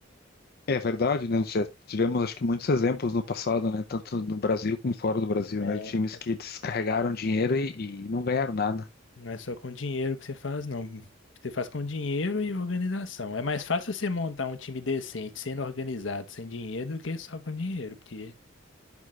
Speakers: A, on the left (about 50°); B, on the left (about 80°).
A: É verdade, né? Já tivemos, acho que, muitos exemplos no passado, né? Tanto no Brasil como fora do Brasil,
B: É,
A: né? Times que descarregaram dinheiro e, e não ganharam nada.
B: não é só com dinheiro que você faz, não. Você faz com dinheiro e organização. É mais fácil você montar um time decente, sendo organizado, sem dinheiro, do que só com dinheiro, porque.